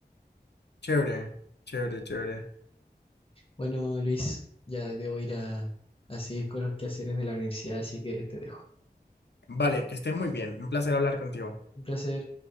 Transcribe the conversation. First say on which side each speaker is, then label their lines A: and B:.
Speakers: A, on the left; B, on the left.
A: Chévere, chévere, chévere.
B: Bueno, Luis, ya debo ir a, a seguir con los quehaceres de la universidad, así que te dejo.
A: Vale, que estés muy bien. Un placer hablar contigo.
B: Un placer.